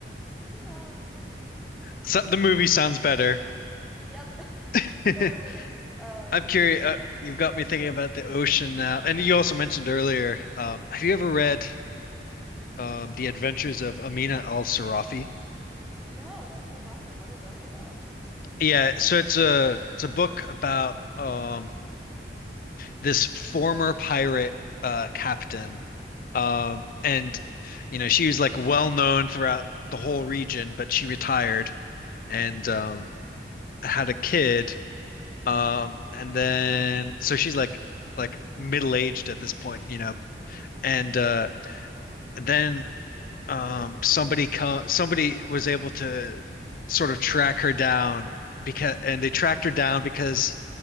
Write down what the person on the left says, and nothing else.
so the movie sounds better.
<laughs>
I'm curious.
Uh, you've got me thinking about the ocean now, and you also mentioned earlier. Um, have you ever read um, The Adventures of Amina al-Sarafi?
Yeah, so it's a it's a book about um, this former pirate uh, captain, um, and you know she was like well known throughout the whole region, but she retired and um, had a kid, um, and then so she's like like middle aged at this point, you know,
and uh, then um, somebody co somebody was able to sort of track her down because and they tracked her down because